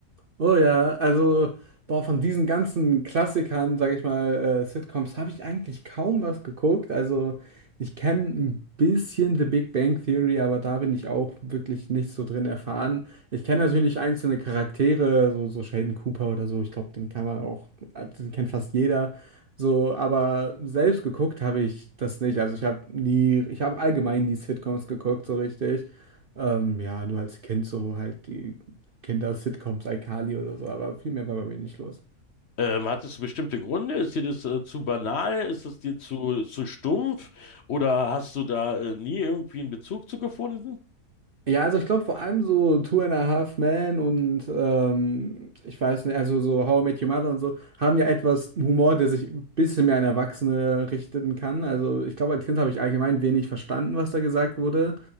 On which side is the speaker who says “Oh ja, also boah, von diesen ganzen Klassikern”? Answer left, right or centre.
Right